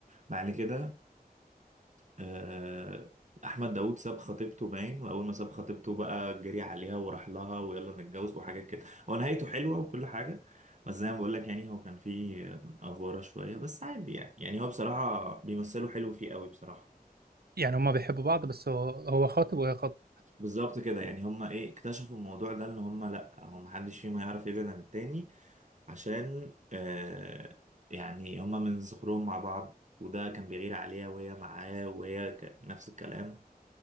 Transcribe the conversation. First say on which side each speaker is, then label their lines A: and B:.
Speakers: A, on the right; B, on the right.
A: بعد كده آه، احمد داوود ساب خطيبته باين واول ما ساب خطيبته بقى جري عليها وراح لها ويلا نتجوز وحاجات كده هو نهايته حلوه وكل حاجه بس زي ما بقول لك يعني هو كان فيه آه، افوره شويه بس عادي يعني يعني هو بصراحه بيمثلوا حلو فيه قوي بصراحه
B: يعني هما بيحبوا بعض بس هو هو خاطب وهي خاطبة
A: بالظبط كده يعني هما ايه اكتشفوا الموضوع ده ان هما لا هو محدش فيهم هيعرف يبعد عن التاني عشان آه يعني هما من صغرهم مع بعض وده كان بيغير عليها وهي معاه وهي ك- نفس الكلام